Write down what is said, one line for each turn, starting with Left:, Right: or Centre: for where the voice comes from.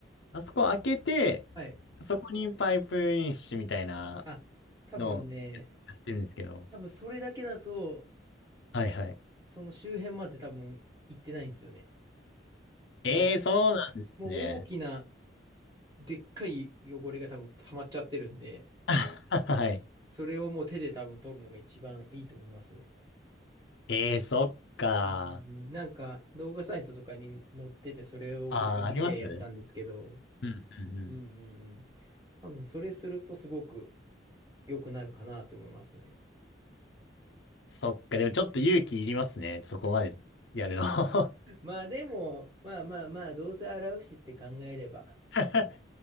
Left: あそこ開けて、
Right: はい。
Left: そこにパイプインシュみたいな
Right: あ、多分ね、
Left: のをやってるんですけど。
Right: 多分それだけだと、
Left: はいはい。
Right: その周辺まで多分行ってないんですよね。
Left: ええー、
Right: も
Left: そうなんですね。
Right: う、もう大きな、でっかい汚れが多分溜まっちゃってるんで、
Left: <laughs> はい。
Right: それをもう手で多分取るのが一番いいと思いますね。
Left: ええー、そっか。
Right: うん、なんか動画サイトとかに載ってて、それを僕は見てやったんですけど、
Left: ああ、ありますうんうんうん。
Right: うんうんうん。多分それするとすごく良くなるかなと思いますね。
Left: そっか。でもちょっと勇気いりますね。そこまでやるの。
Right: まあでも、まあまあまあ、どうせ洗うしって考えれば。
Left: <laughs>